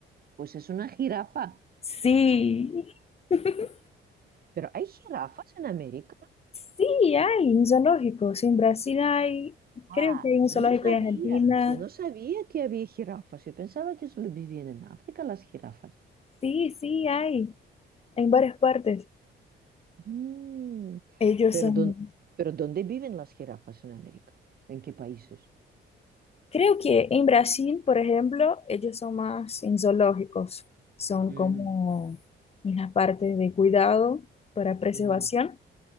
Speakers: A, on the right (about 50°); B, on the left (about 30°).
A: pues es una jirafa.
B: Sí. <laughs>
A: ¿Pero hay jirafas en América?
B: Sí, hay un zoológico. Sí, en Brasil hay,
A: Ah,
B: creo que hay un
A: yo
B: zoológico
A: no sabía,
B: en Argentina.
A: yo no sabía que había jirafas. Yo pensaba que solo vivían en África las jirafas.
B: Sí, sí, hay, en varias partes.
A: Mm,
B: Ellos
A: pero,
B: son,
A: dón- pero ¿dónde viven las jirafas en América? ¿En qué países?
B: creo que en Brasil, por ejemplo, ellos son más en zoológicos. Son
A: Mm,
B: como en las partes de cuidado para preservación.
A: mm,